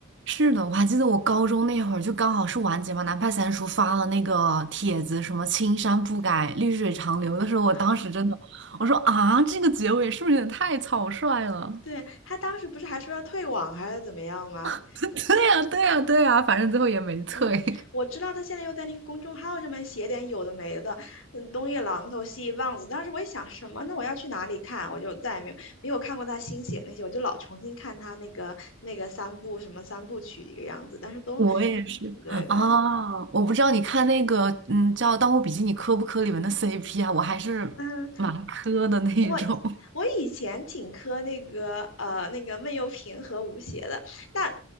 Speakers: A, on the right; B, on the left.
A: 是的，我还记得我高中那会儿，就刚好是完结嘛，南派三叔发了那个帖子，什么“青山不改，绿水长流”的时候，我当时真的，
B: 啊，
A: 我说啊，这个结尾是不是有点太草率了？
B: 对，他当时不是还说要退网还是怎么样吗？
A: <laughs> 对呀，对呀，对呀，反正最后也没退。
B: 嗯，我知道他现在又在那个公众号上面写点有的没的，嗯，东一榔头西一棒子。当时我一想，什么呢？我要去哪里看？我就再也没有没有看过他新写那些，我就老重新看他那个那个三部什么三部曲一个样子，但是都，
A: 我也是啊，
B: 对对，
A: 我不知道你看那个，嗯，叫《盗墓笔记》，你磕不磕里面的 CP 啊？我还是蛮磕的那一种。
B: 嗯。我
A: <laughs>
B: 我以前挺磕那个呃那个闷油瓶和吴邪的，但